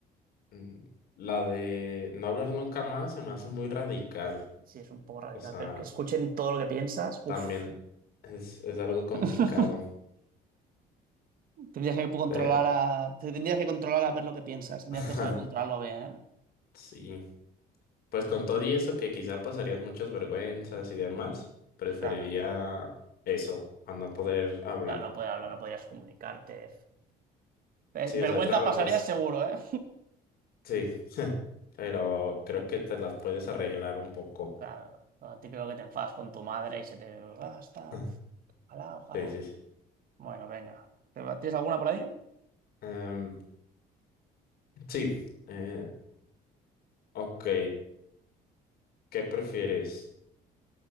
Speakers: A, on the left; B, on the right.
A: mm, la de no hablar nunca más se me hace muy radical.
B: Sí, es un poco radical,
A: O sea,
B: pero que escuchen todo lo que piensas, uf.
A: también es, es algo complicado,
B: <laughs> Tendrías que controlar
A: pero
B: a... te Tendrías que controlar a ver lo que piensas. Tendrías
A: <laughs>
B: que saber controlarlo bien, ¿eh?
A: sí. Pues con todo y eso que quizá pasarías muchas vergüenzas y demás, preferiría
B: Claro,
A: eso, a no poder hablar.
B: claro, no poder hablar,
A: ¿no?
B: no podrías comunicarte. Eh,
A: Sí,
B: Vergüenza
A: o sea, claro,
B: pasarías
A: pues.
B: seguro, ¿eh?
A: Sí, <laughs> pero creo que te las puedes arreglar un poco.
B: Claro, lo típico que te enfadas con tu madre y se te... Ah, está.
A: <laughs>
B: Ojalá, ojalá.
A: Sí, sí, Sí,
B: Bueno, venga. ¿Te ¿Tienes alguna por ahí?
A: Em, sí, eh, ok. ¿Qué prefieres?